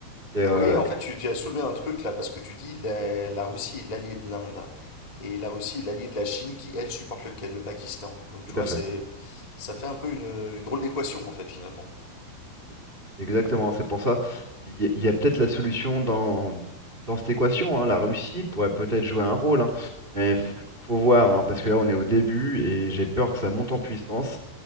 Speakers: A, on the right (about 35°); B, on the left (about 40°).
A: c'est euh,
B: Oui, en fait, tu, tu as soulevé un truc là, parce que tu dis la, la Russie est l'alliée de l'Inde. Et la Russie est l'alliée de la Chine qui, elle, supporte le, le Pakistan. Donc,
A: tout
B: tu vois,
A: à fait.
B: c'est, ça fait un peu une, une drôle d'équation, en fait, finalement.
A: Mm. Exactement, c'est pour ça. Il y a, il y a peut-être la solution dans, dans cette équation. hein. La Russie pourrait peut-être jouer un rôle, hein. Mais f- faut voir, hein, parce que là on est au début et j'ai peur que ça monte en puissance